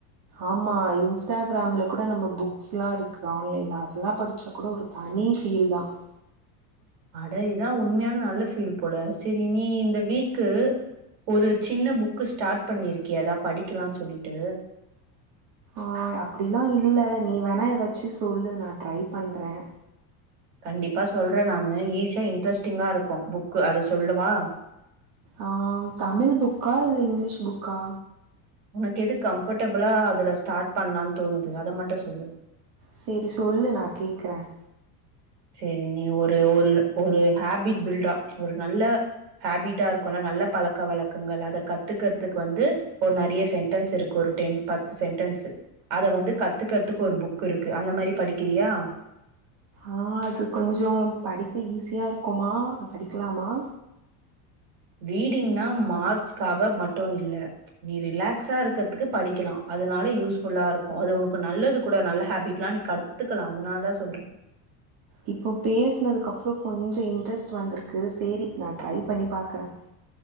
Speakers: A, on the right (about 50°); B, on the right (about 75°).
A: ஆமா இன்ஸ்டாகிராம்ல கூட நம்ம புக்ஸ் எல்லா இருக்கு ஆன்லைன்ல அதெல்லாம் படிச்சா கூட ஒரு தனி ஃபீலிங் தான்
B: அட இதான் உண்மையான நல்ல ஃபீல் போல சேரி நீ இந்த வீக்கு ஒரு சின்ன புக்கு ஸ்டார்ட் பண்ணிருக்கியா ஏதா படிக்கலாம்னு சொல்லிட்டு
A: ஆஹ் அப்படியெலாம் இல்லே நீ வேணா ஏதாச்சு சொல்லு நான் ட்ரை பண்றேன்
B: கண்டிப்பா சொல்றேன் நானு ஈஸியா இன்ட்ரெஸ்ட்டிங்கா இருக்கும் புக்கு அத சொல்லவா
A: ஆஹ் தமிழ் புக்கா இல்ல இங்கிலீஷ் புக்கா
B: உனக்கு எது கம்ஃபர்டபிளா அதுல ஸ்டார்ட் பண்ணலாம்னு தோணுது அதை மட்டும் சொல்லு
A: சேரி சொல்லு நான் கேக்குறேன்
B: சேரி நீ ஒரு ஒரு ஒரு ஹேபிட் பில்டா ஒரு நல்ல ஹேபிட்டா இருக்கும்ல்ல நல்ல பழக்க வழக்கங்கள் அத கத்துக்கறதுக்கு வந்து ஒரு நிறைய சென்டன்ஸ் இருக்கு ஒரு டென் பத்து சென்டன்ஸ்சு அத வந்து கத்துக்கறதுக்கு ஒரு புக் இருக்கு அந்த மாதிரி படிக்கிறியா
A: ஆஹ் அது கொஞ்சோ படிக்க ஈஸியா இருக்குமா படிக்குலாமா
B: ரீடிங்னா மார்க்ஸ்க்காக மட்டும் இல்லே நீ ரிலாக்ஸா இருக்கிறதுக்கு படிக்கலாம் அதனால யூஸ்ஃபுல்லா இருக்கும் அது உனக்கு நல்லது கூட நல்ல ஹேபிட் எல்லாம் நீ கத்துக்கலாம் அதனால தான் சொல்றன்
A: இப்போ பேசனதுக்கு அப்புறோம் கொஞ்சம் இன்ட்ரெஸ்ட் வந்திருக்கு சேரி நான் ட்ரை பண்ணி பாக்குறேன்